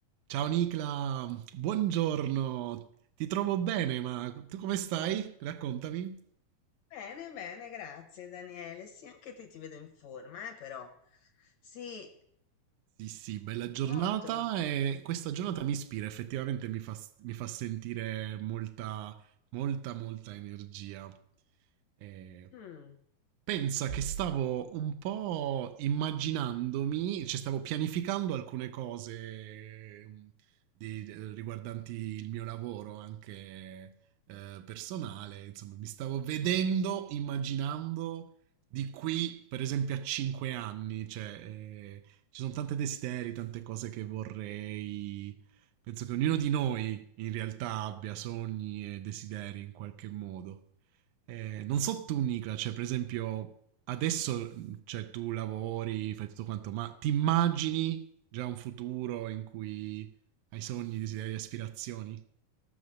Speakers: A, on the right; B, on the left.
A: Ciao Nicla, buongiorno. Ti trovo bene, ma tu come stai? Raccontami.
B: Bene, bene, grazie Daniele. Sì, anche te ti vedo in forma, eh, però. Sì,
A: Sì, sì, bella giornata
B: molto.
A: e questa giornata
B: Mhm.
A: mi ispira, effettivamente mi fa, mi fa sentire molta, molta, molta energia. Eh,
B: Mm.
A: Pensa che stavo un po' immaginandomi, cioè stavo pianificando alcune cose mm, di- riguardanti il mio lavoro anche eh, personale, insomma, mi stavo vedendo, immaginando di qui, per esempio, a cinque anni, cioè eh, ci sono tanti desideri, tante cose che vorrei. Penso che ognuno di noi in realtà abbia sogni e desideri in qualche modo. Eh, non so tu, Nicola, cioè, per esempio, adesso cioè, tu lavori, fai tutto quanto, ma ti immagini già un futuro in cui hai sogni, desideri, aspirazioni?